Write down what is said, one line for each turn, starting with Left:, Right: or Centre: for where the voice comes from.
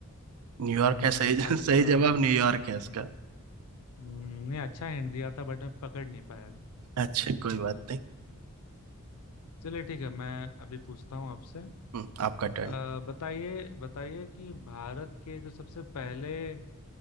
Right: न्यूयॉर्क
Left: हम्म
Right: है सही
Left: अच्छा
Right: सही जवाब न्यूयॉर्क है इसका
Left: हम्म, नहीं अच्छा हिंट दिया था बट मैं पकड़ नहीं पाया
Right: अच्छा कोई बात नहीं
Left: हम्म। चलिए ठीक है मैं अभी पूछता हूँ आपसे
Right: हम्म, आपका
Left: अ,
Right: टर्न
Left: बताइए बताइए कि भारत के जो सबसे पहले अ,